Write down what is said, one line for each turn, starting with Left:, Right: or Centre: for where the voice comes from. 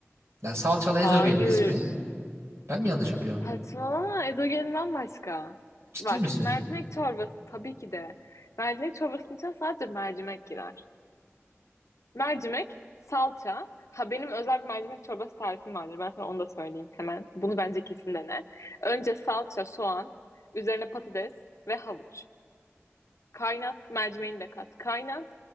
Right: Ya salçalı
Left: Hayır.
Right: ezogelin ismi. Ben mi yanlış biliyorum?
Left: Saçmalama ezogelin bambaşka.
Right: Ciddi
Left: Bak
Right: misin?
Left: mercimek çorbası tabii ki de. Mercimek çorbasının içine sadece mercimek girer. Mercimek, salça. Ha benim özel bir mercimek çorbası tarifim vardır. Ben sana onu da söyleyeyim hemen. Bunu bence kesin dene. Önce salça, soğan, üzerine patates ve havuç. Kaynat, mercimeğini de kat. Kaynat,